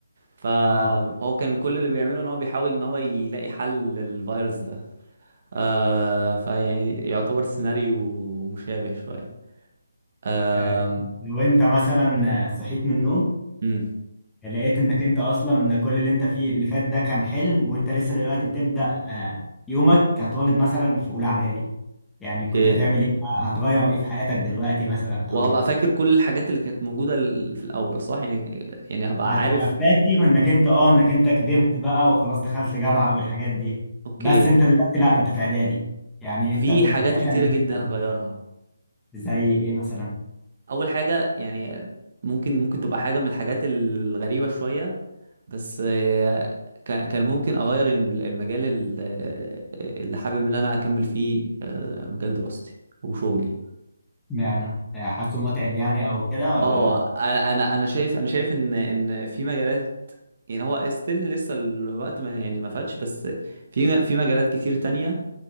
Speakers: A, on the right; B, in the centre.
A: فهو
B: اه
A: كان كل اللي بيعمله ان هو بيحاول ان هو يلاقي حل للفيروس ده آه فيعني يعتبر سيناريو مشابه شوية آم،
B: آه، لو انت مثلا صحيت من النوم
A: امم
B: يعني لقيت انك انت اصلا كل اللي انت فيه اللي فات ده كان حلم وانت لسه دلوقتي بتبدأ آه، يومك كطالب مثلا في اولى اعدادي يعني
A: اوكي
B: كنت هتعمل ايه هتغير ايه في حياتك دلوقتي مثلا او
A: وهبقى فاكر كل الحاجات اللي كانت موجودة ال- في الأول صح يعني يعني هبقى
B: هتبقى
A: عارف
B: فاكر انك انت اه انك انت كبرت بقى وخلاص دخلت جامعة والحاجات دي
A: اوكي
B: بس انت دلوقتي لا انت في اعدادي يعني
A: في
B: انت كنت
A: حاجات
B: بتحلم
A: كتيرة
B: إنك
A: جدا
B: تبقى
A: هغيرها
B: زي ايه مثلا
A: أول حاجة يعني ممكن ممكن تبقى حاجة من الحاجات الغريبة شوية بس آه، كا- كان ممكن اغير الم- المجال ال- آه، اللي حابب ان انا اكمل فيه آه، مجال دراستي وشغلي
B: معنى حاسه متعب يعني او كده ولا
A: اه انا انا انا شايف انا شايف ان ان في مجالات يعني هو ستيل لسه الوقت ما يعني ما فاتش بس في في مجالات كتير تانية